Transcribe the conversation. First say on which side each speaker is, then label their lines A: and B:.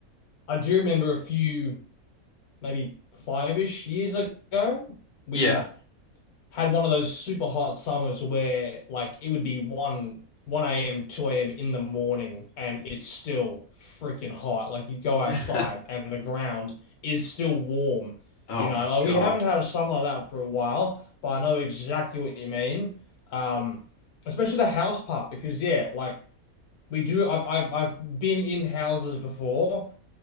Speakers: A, on the left (about 85°); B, on the left (about 40°).
A: I do remember a few, maybe five-ish years ago, we
B: yeah.
A: had one of those super hot summers where like it would be 1 1 a.m., 2 a.m. in the morning and it's still freaking hot. Like you go outside
B: <laughs>
A: and the ground is still warm.
B: Oh
A: You know, like
B: God.
A: we haven't had a summer like that for a while, but I know exactly what you mean. Um, especially the house part because yeah, like we do. I've I've I've been in houses before,